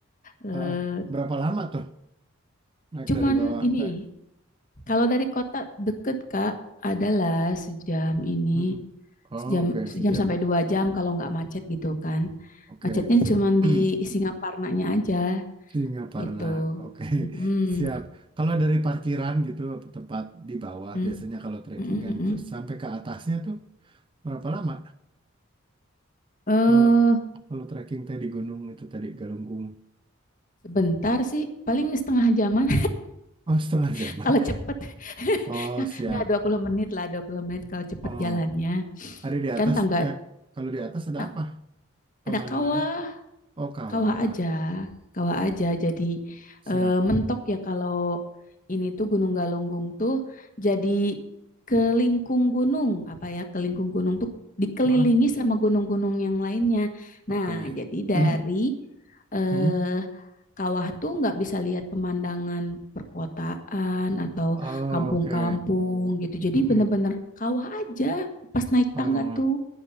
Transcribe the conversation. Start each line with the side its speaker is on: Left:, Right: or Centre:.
Left: Eh,
Right: Ah, ah. berapa lama tuh naik
Left: cuman
Right: dari bawah
Left: ini
Right: sampai?
Left: kalau dari kota deket Kak adalah sejam ini
Right: Mm, mm. Oh,
Left: sejam
Right: oke, Sejam.
Left: sejam sampai dua jam kalau nggak macet gitu kan.
Right: Oke,
Left: Macetnya
Right: siap.
Left: cuman
Right: <clears throat>
Left: di Singaparnanya aja
Right: Singaparna.
Left: gitu.
Right: Oke, <laughs>
Left: Mm-mm,
Right: siap. Kalau dari parkiran gitu tempat di bawah
Left: mm,
Right: biasanya kalau trekking
Left: mm-mm,
Right: kan
Left: mm
Right: gitu
Left: mm
Right: sampai ke atasnya tuh berapa lama?
Left: Eh
Right: Kalau kalau trekking tadi di gunung itu tadi Galunggung.
Left: sebentar sih paling setengah jaman
Right: Oh, setengah
Left: <laughs>
Right: jam. <laughs>
Left: kalau cepet <laughs>
Right: Oh,
Left: nggak
Right: siap.
Left: nggak dua puluh menit lah 20 menit kalau cepet
Right: Oh,
Left: jalannya
Right: Ada di
Left: kan
Right: atas,
Left: tangga
Right: eh, kalau di atas ada
Left: ta-
Right: apa pemandangannya?
Left: ada kawah
Right: Oh, kawah.
Left: kawah aja, kawah aja. Jadi
Right: Siap.
Left: eh, mentok ya kalau ini tuh Gunung Galunggung tuh jadi kelingkung gunung apa ya? Kelingkung gunung tuh dikelilingi
Right: Ah,
Left: sama gunung-gunung yang lainnya.
Right: oke.
Left: Nah, jadi dari
Right: <clears throat>
Left: eh,
Right: Hmm?
Left: kawah tuh nggak bisa lihat pemandangan perkotaan atau
Right: Oh,
Left: kampung-kampung
Right: oke.
Left: gitu. Jadi
Right: Mm-mm.
Left: bener-bener kawah aja pas naik
Right: Oh,
Left: tangga tuh